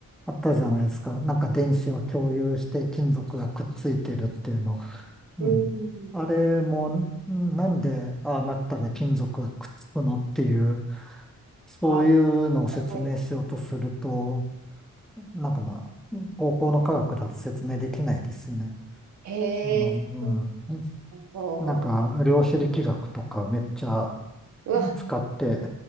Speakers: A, in the centre; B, on the right.
A: あったじゃないですか。なんか電子を共有して金属がくっついてるっていうの。
B: うん。
A: うん。あれも、なんでああなったら金属がくっつくのっていう、そういうのを説明しようとすると、
B: あ、はい。
A: なんかまあ、高校の科学だと説明できないですよね。
B: へえ。
A: あの、うん。
B: あの
A: なんか、量子力学とかめっちゃ
B: うわ、
A: 使って、